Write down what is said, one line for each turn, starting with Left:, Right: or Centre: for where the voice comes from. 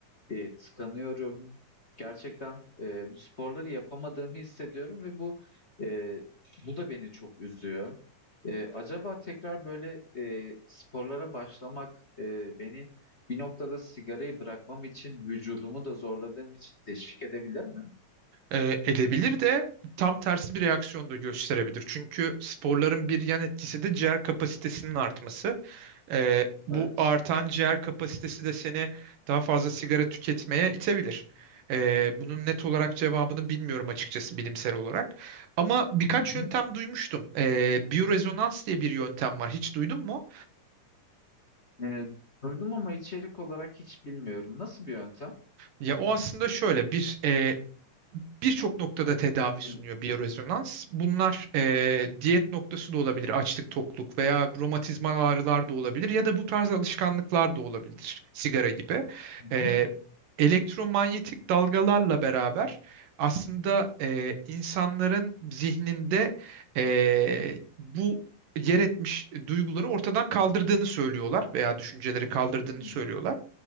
Left: e, tıkanıyorum. Gerçekten e, bu sporları yapamadığımı hissediyorum ve bu e, bu da beni çok üzüyor. E, acaba tekrar böyle e, sporlara başlamak e, beni bir noktada sigarayı bırakmam için vücudumu da zorladığım için teşvik edebilir mi?
Right: E, edebilir de tam tersi bir reaksiyon da gösterebilir. Çünkü sporların bir yan etkisi de ciğer kapasitesinin artması. Ee, bu
Left: Evet.
Right: artan ciğer kapasitesi de seni daha fazla sigara tüketmeye itebilir. Ee, bunun net olarak cevabını bilmiyorum açıkçası bilimsel olarak. Ama birkaç
Left: Hı hı.
Right: yöntem duymuştum. Ee, biyorezonans diye bir yöntem var. Hiç duydun mu?
Left: E, duydum ama içerik olarak hiç bilmiyorum. Nasıl bir yöntem?
Right: Ya o aslında şöyle bir e, birçok noktada tedavi sunuyor
Left: Hı
Right: biyorezonans. Bunlar e, diyet noktası da olabilir, açlık, tokluk veya romatizmal ağrılar da olabilir ya da bu tarz alışkanlıklar da olabilir, sigara gibi.
Left: hı.
Right: E, elektromanyetik dalgalarla beraber aslında e, insanların zihninde e, bu yer etmiş duyguları ortadan kaldırdığını söylüyorlar veya düşünceleri kaldırdığını
Left: Hı.
Right: söylüyorlar.